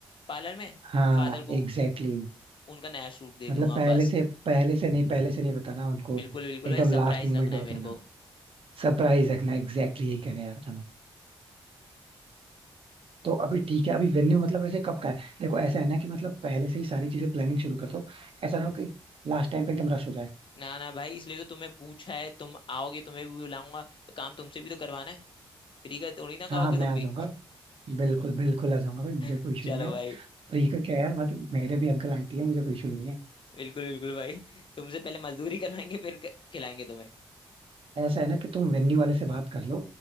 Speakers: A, on the left (about 55°); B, on the right (about 60°).
A: पार्लर में
B: हाँ
A: फादर को
B: एग्जैक्टली exactly.
A: उनका नया सूट दे
B: मतलब
A: दूंगा
B: पहले
A: बस
B: से पहले से नहीं पहले से नहीं बताना उनको
A: बिल्कुल बिल्कुल
B: एकदम
A: भाई सरप्राइज
B: लास्ट मोमेंट
A: रखना है
B: बताना
A: मेरे को
B: सरप्राइज रखना एग्जैक्टली exactly यही कहने यार तुम्हें तो अभी ठीक है अभी वेन्यू मतलब ऐसे कब का है देखो ऐसा है ना कि मतलब पहले से ही सारी चीजें प्लानिंग शुरू कर दो ऐसा ना हो कि लास्ट टाइम पे एकदम रश हो जाए
A: ना ना भाई इसलिए तो तुम्हें पूछा है तुम आओगे तुम्हें भी बुलाऊंगा तो काम तुमसे भी तो करवाना है फ्री का थोड़ी ना खाओगे
B: हाँ हाँ मैं
A: तुम
B: आ
A: भी
B: जाऊंगा बिल्कुल बिल्कुल आ जाऊंगा भाई मुझे
A: <laughs>
B: कोई इशू
A: चलो
B: नहीं है
A: भाई
B: फ्री का क्या है यार मतलब मेरे भी अंकल आंटी है मुझे कोई इशू नहीं है
A: बिल्कुल बिल्कुल भाई तुमसे पहले मजदूरी <laughs> करवाएंगे फिर क- खिलाएंगे तुम्हें
B: ऐसा है ना कि तुम वेन्यू वाले से बात कर लो